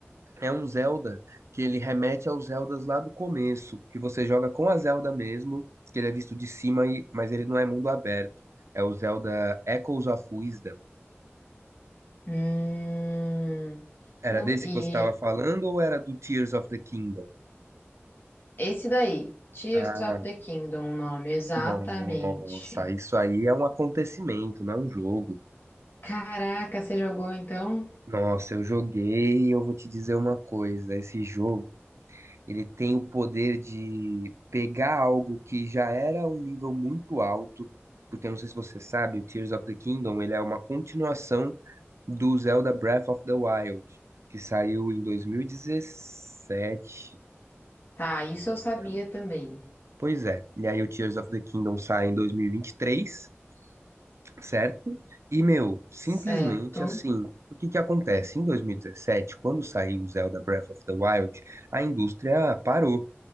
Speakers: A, on the right; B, on the left.
A: É um Zelda que ele remete aos Zeldas lá do começo, que você joga com a Zelda mesmo, que ele é visto de cima, e, mas ele não é mundo aberto. É o Zelda Echoes of Wisdom.
B: Hum,
A: Era
B: não-
A: desse
B: e
A: que você estava falando ou era do Tears of the Kingdom?
B: esse daí, Tears
A: Ah,
B: of the Kingdom, o nome, exatamente.
A: nossa, isso aí é um acontecimento, não é um jogo.
B: Caraca, você jogou então?
A: Nossa, eu joguei e eu vou te dizer uma coisa, esse jogo Ele tem o poder de pegar algo que já era um nível muito alto, porque eu não sei se você sabe, o Tears of the Kingdom, ele é uma continuação do Zelda Breath of the Wild, que saiu em 2017,
B: Tá, isso
A: se não
B: eu
A: me
B: sabia
A: engano.
B: também.
A: Pois é, e aí o Tears of the Kingdom sai em 2023, certo? E, meu, simplesmente
B: Certo.
A: assim, o que que acontece? Em 2017, quando saiu o Zelda Breath of the Wild, a indústria parou.